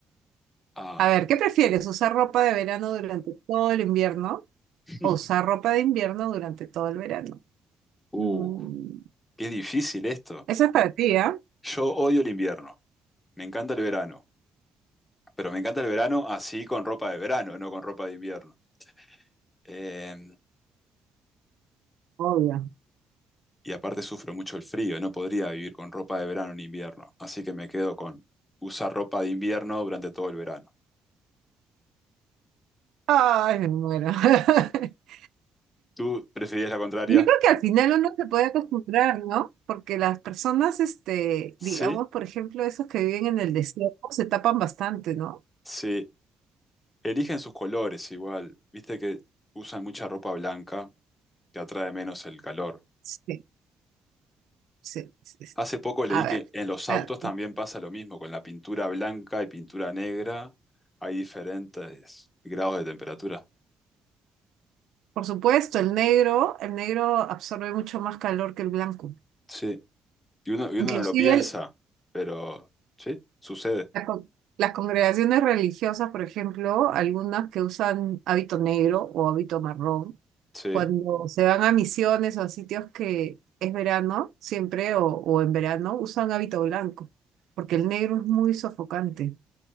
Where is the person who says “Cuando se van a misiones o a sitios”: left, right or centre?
Right